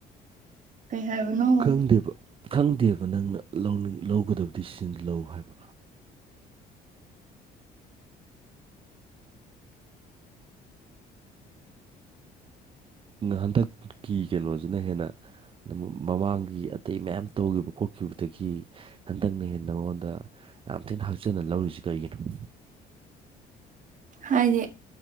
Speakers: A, on the right; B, on the right.
A: ꯀꯩ ꯍꯥꯏꯕꯅꯣ
B: ꯈꯪꯗꯦꯕ ꯈꯪꯗꯦꯕ ꯅꯪꯅ ꯂꯧ ꯂꯧꯒꯗꯕ ꯗꯤꯁꯤꯖꯟ ꯂꯧ ꯍꯥꯏꯕ ꯍꯟꯗꯛꯀꯤ ꯀꯩꯅꯣꯖꯤꯅ ꯍꯦꯟꯅ ꯃꯃꯥꯡꯒꯤ ꯑꯇꯩ ꯃꯌꯥꯝ ꯇꯧꯈꯤꯕ ꯈꯣꯠꯈꯤꯕꯗꯒꯤ ꯍꯟꯗꯛꯅ ꯍꯦꯟꯅ ꯃꯉꯣꯟꯗ ꯌꯥꯝ ꯊꯤꯅ ꯍꯛꯆꯟꯅ ꯂꯧꯔꯤꯁꯤ ꯀꯩꯒꯤꯅꯣ
A: ꯍꯥꯏꯗꯤ